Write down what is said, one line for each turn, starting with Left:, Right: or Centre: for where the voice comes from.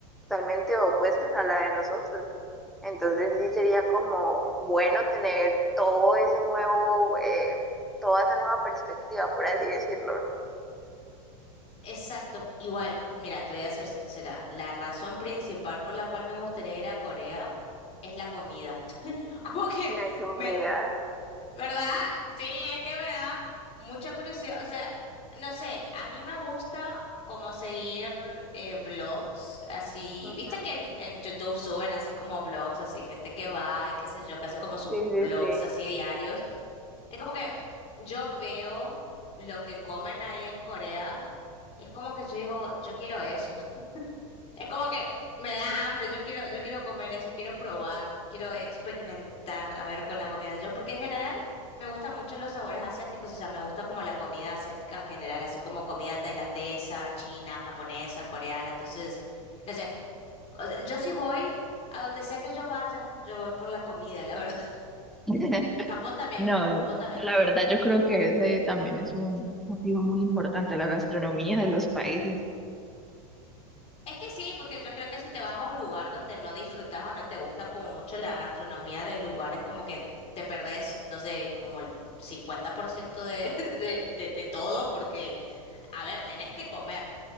Centre: totalmente opuestas a la de nosotros. Entonces sí sería como bueno tener todo ese nuevo, eh, toda esa nueva perspectiva, por así decirlo.
Left: Exacto. Igual, mira, te voy a ser sincera. La razón principal por la cual me gustaría ir a Corea es la comida. <laughs> Como que
Centre: La comida.
Left: me, ¿verdad? Sí, es que me da mucha curiosidad. O sea, no sé, a mí me gusta como seguir eh, vlogs, así,
Centre: Ujú.
Left: viste que en, en YouTube suben así como vlogs, así gente que va y qué sé yo, que hace como sus
Centre: Sí,
Left: vlogs
Centre: sí, sí.
Left: así diarios. Es como que yo veo lo que comen ahí en Corea y es como que yo digo, yo quiero eso. Es como que me da hambre, yo quiero, yo quiero comer eso, quiero probar, quiero experimentar, a ver, con la comida de ellos, porque en general me gustan mucho los sabores asiáticos, o sea, me gusta como la comida asiática en general, así como comida tailandesa, china, japonesa, coreana, entonces, no sé, o sea, yo sí voy a donde sea que yo vaya, yo voy por la comida, la verdad. <laughs>
Centre: <laughs>
Left: Japón también,
Centre: No, la
Left: Japón también.
Centre: la verdad yo creo que ese también es un motivo muy importante, la gastronomía de los países.
Left: Es que sí, porque yo creo que si te vas a un lugar donde no disfrutas o no te gusta como mucho la gastronomía del lugar, es como que te perdés, no sé, como el 50% de, <laughs> de, de, de todo, porque, a ver, tenés que comer.